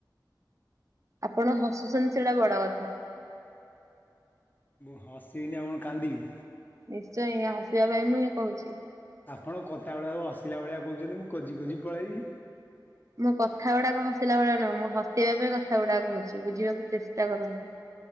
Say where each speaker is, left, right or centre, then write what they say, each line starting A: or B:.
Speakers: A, on the right; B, on the left.
A: ଆପଣ ହସୁଛନ୍ତି ସେଇଟା ବଡ କଥା।
B: ମୁଁ ହସିବିିନି ଆଉ କଣ କାନ୍ଦିବି।
A: ନିଶ୍ଚୟ ଇଏ ହସିବା ପାଇଁ ମୁଁ ହିଁ କହୁଛି।
B: ଆପଣ କଥାଗୁଡ଼ାକ ହସିଲା ଭଳିଆ କହୁଛନ୍ତି ମୁଁ କୋଜି କୋଜି ପଳେଇବି।
A: ମୋ କଥା ଗୁଡାକ ହସିଲା ବେଳେ ନ ମୁଁ ହସେଇବା ପାଇଁ କଥା ଗୁଡାକ କହୁଛି ବୁଝିବାକୁ ଚେଷ୍ଟା କରନ୍ତୁ।